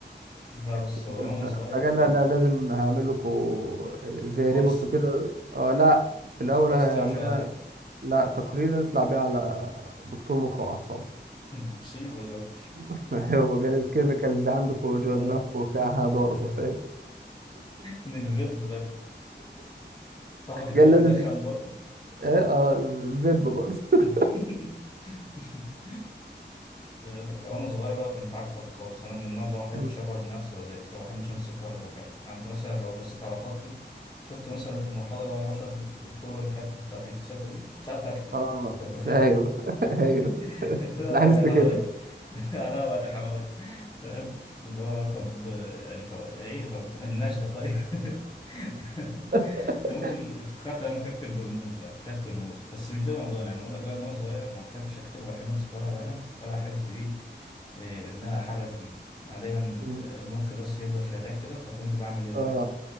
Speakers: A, on the left (about 25°); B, on the right (about 55°).
A: لا بص
B: <laughs>
A: هو وانا صغير
B: فقال لنا
A: آه،
B: انا لازم هعمل لكم زي
A: كورس
B: ريبورت كده آه لا في الاول
A: مش كورس
B: هيعملها
A: تمشي عليه
B: لا تقرير نطلع بيه على دكتور مخ واعصاب
A: <laughs> مصيبة دي بقى
B: <laughs> هو قال الكيميكالز عندكم
A: <laughs>
B: جوه
A: آه.
B: دماغكم فيها ضربه
A: <laughs>
B: فاهم
A: من الفيب بقى صاحبك التاني
B: قال
A: بيدخن
B: لازم
A: برضه
B: اه اه فيب برضه <laughs>
A: <laughs> يقول لك لا، وانا صغير بقى كنت عكسك خالص انا من النوع اللي هو ما احبش
B: مم.
A: اقعد لنفسي واذاكر وما احبش امسك ورقه وقلم يعني انت مثلا لو بصيت على خطي شفت مثلا في المحاضره وانا بشرح للدكتور الحته بتاعت الكثافه دي كنتش عارف اكتب
B: اه
A: انت متخيل
B: ايوه <laughs> ايوه
A: <laughs>
B: <laughs>
A: لا
B: لاحظت
A: ولا احراج
B: كده
A: <laughs> لا ولا احراج فاهم اللي هو طب يعني طب ايه طب النشده طيب <laughs> <laughs>
B: <laughs>
A: امي افتكرت انا كاتب برموز بقى كتبت رموز بس مش ده موضوعنا يعني اقول لك بقى ان انا صغير ما بحبش اكتب ولا احب امسك ورقه وقلم ولا احب ايه إيه، ان انا احرك ايدي انا دايما
B: مم.
A: ش- مخي بس يفضل شغال كده فكنت بعمل ايه بقى
B: اه